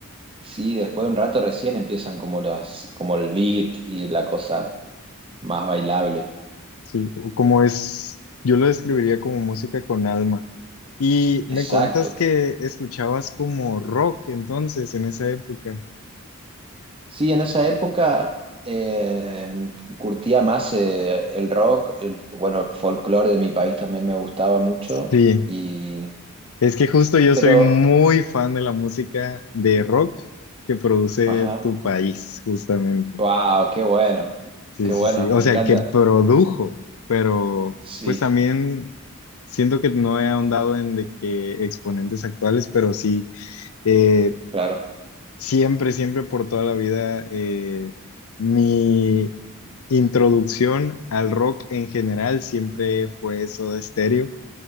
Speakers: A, on the right; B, on the left.
A: sí, después de un rato recién empiezan como las, como el beat y la cosa más bailable.
B: Sí, o como es, yo lo describiría como música con alma. Y me
A: Exacto.
B: cuentas que escuchabas como rock entonces en esa época.
A: Sí, en esa época eh, curtía más eh, el rock, el, bueno, el folclore de mi país también me gustaba mucho
B: Sí,
A: y
B: es que justo yo
A: pero
B: soy muy fan de la música de rock que produce
A: ajá,
B: tu país, justamente.
A: wow, qué bueno.
B: Sí,
A: Qué
B: sí,
A: bueno,
B: sí. O
A: me
B: sea,
A: encanta.
B: que produjo, pero
A: Sí,
B: pues también siento que no he ahondado en de que exponentes actuales, pero sí. eh,
A: claro.
B: Siempre, siempre por toda la vida, eh, mi introducción al rock en general siempre fue Soda Stereo